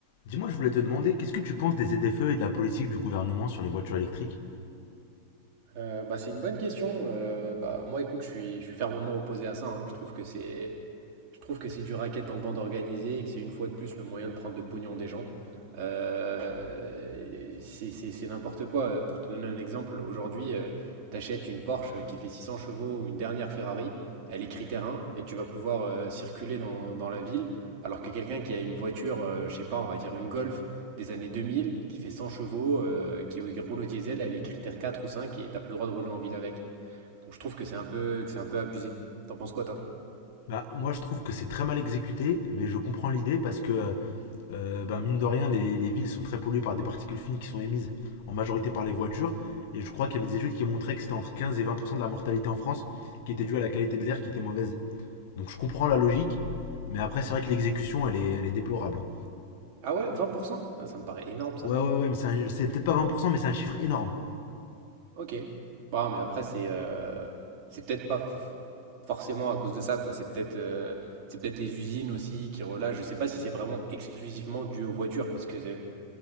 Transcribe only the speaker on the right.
Euh, bah, c'est une bonne question. Euh, bah, moi, écoute, je suis, je suis fermement opposé à ça. hein. Je trouve que c'est, je trouve que c'est du racket en bande organisée et que c'est une fois de plus le moyen de prendre le pognon des gens. Euh, c'est c'est- c'est n'importe quoi. Euh, Pour te donner un exemple, aujourd'hui, euh, t'achètes une Porsche qui fait 600 chevaux ou une dernière Ferrari, elle est critère 1 et tu vas pouvoir euh, circuler dans, dans la ville, alors que quelqu'un qui a une voiture, euh, je sais pas, on va dire une Golf des années 2000, qui fait 100 chevaux, euh, qui qui roule au diesel, elle est critère 4 ou 5 et t'as plus le droit de rouler en ville avec. Donc je trouve que c'est un peu, que c'est un peu abusé. T'en penses quoi, toi?
Ah ouais, 20%? Ah, ça me paraît énorme ça.
Ok. Bon, mais après, c'est euh, c'est peut-être pas f- forcément à cause de ça, quoi. C'est peut-être euh, c'est peut-être les usines aussi qui relâchent. Je sais pas si c'est vraiment exclusivement dû aux voitures, parce que, euh,